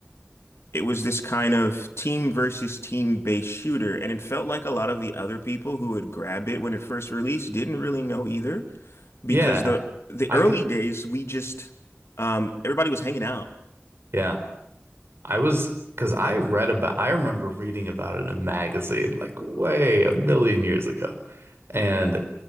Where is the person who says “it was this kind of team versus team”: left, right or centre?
Left